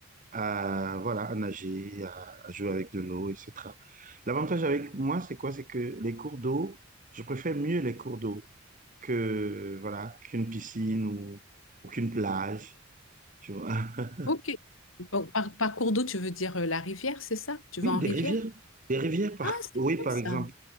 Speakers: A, on the right; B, on the left.
A: à, voilà, à nager, à, à jouer avec de l'eau, etc. L'avantage avec moi, c'est quoi? C'est que les cours d'eau, je préfère mieux les cours d'eau que, voilà, qu'une piscine ou, ou qu'une plage, tu vois. <laughs>
B: Ok. Bon, par, par cours d'eau, tu veux dire euh, la rivière, c'est ça? Tu vas
A: Oui,
B: en
A: des
B: rivière?
A: rivières. Des rivières, par,
B: Ah, c'est
A: oui,
B: bien
A: par
B: ça.
A: exemple.